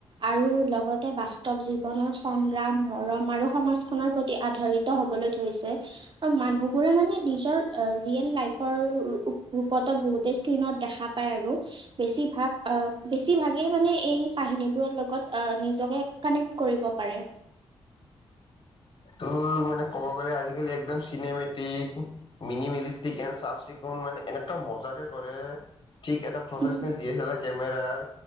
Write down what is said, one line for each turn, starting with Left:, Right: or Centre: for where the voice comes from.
Right: আৰু লগতে বাস্তৱ জীৱনৰ সংগ্ৰাম, মৰম আৰু সমাজখনৰ প্ৰতি আধাৰিত হ'বলৈ ধৰিছে। মানুহবোৰে মানে নিজৰ ৰিএল লাইফৰ ৰূপতে বহুতে স্ক্ৰীণত দেখা পায় আৰু। বেছিভাগ অ, বেছিভাগেই মানে এই কাহিনীবোৰৰ লগত নিজকে কানেক্ট কৰিব পাৰে।
Left: তোৰ মানে ক'ব গ'লে আজিকালি একদম চিনেমেটিক মিনি মেলিষ্টিক এন চাফ চিকুণ মানে এনেকা মজাকে কৰে ঠিক এটা professional
Right: উম,
Left: D S L R কমেৰাৰ